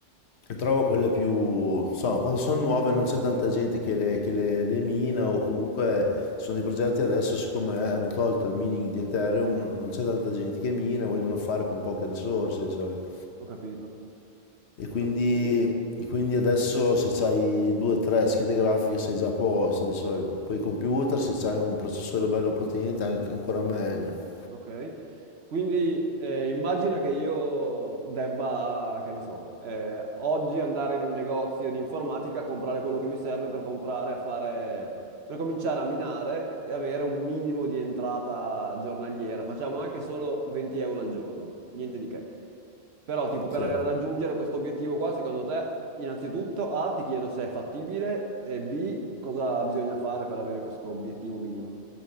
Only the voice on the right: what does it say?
Ho capito,
ho
capito.
Ok, quindi eh, immagina che io debba, che ne so, eh, oggi andare in un negozio di informatica a comprare quello che mi serve per comprare, a fare, per cominciare a minare e avere un minimo di entrata giornaliera. Facciamo anche solo 20 euro al giorno, niente di che. Però, tipo, per
ra- raggiungere questo obiettivo qua, secondo te, innanzitutto, A, ti chiedo se è fattibile e B, cosa bisogna fare per avere questo obiettivo minimo.